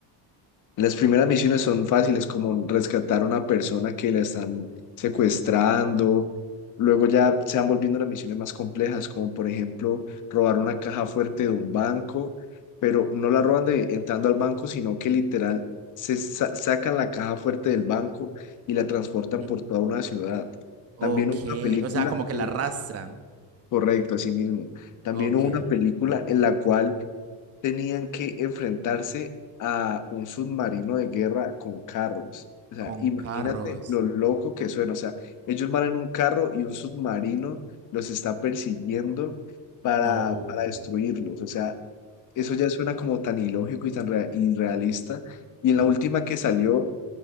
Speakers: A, on the left; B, on the right.
A: Las primeras misiones son fáciles, como rescatar a una persona que la están secuestrando. Luego ya se van volviendo las misiones más complejas, como por ejemplo robar una caja fuerte de un banco, pero no la roban de, entrando al banco, sino que literal se sa- sacan la caja fuerte del banco y la transportan
B: Ujú.
A: por toda una ciudad.
B: Ok,
A: También hubo una película,
B: o sea, como que
A: eh,
B: la arrastran.
A: correcto, así mismo. También
B: Ok,
A: hubo una película en la cual tenían que enfrentarse a un submarino de guerra con carros. O sea,
B: con
A: imagínate
B: carros.
A: lo loco que suena. O sea, ellos van en un carro y un submarino los está persiguiendo para,
B: No.
A: para destruirlos. O sea, eso ya suena como tan ilógico y tan rea- irrealista. Y en
B: <clears throat>
A: la última que salió,